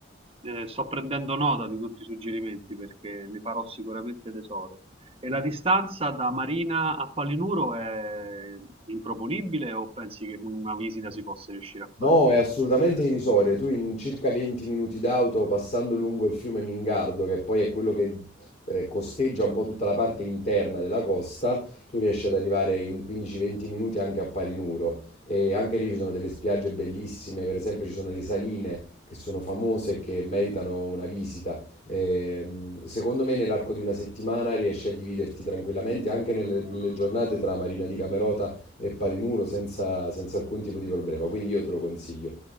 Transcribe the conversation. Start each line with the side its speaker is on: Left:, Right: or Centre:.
Right: Eh, sto prendendo nota di tutti i suggerimenti perché ne farò sicuramente tesoro. E la distanza da Marina a Palinuro è improponibile o pensi che una visita si possa riuscire a fare?
Left: No, è assolutamente irrisoria. Tu in circa 20 minuti d'auto, passando lungo il fiume Mingardo, che poi è quello che eh, costeggia un po' tutta la parte interna della costa, tu riesci ad arrivare in 15-20 minuti anche a Palinuro. E anche lì ci sono delle spiagge bellissime, per esempio ci sono le saline che sono famose e che meritano una visita. Ehm, secondo me nell'arco di una settimana riesci a dividerti tranquillamente anche nelle, nelle giornate tra Marina di Camerota e palinuro senza, senza alcun tipo di problema, quindi io te lo consiglio.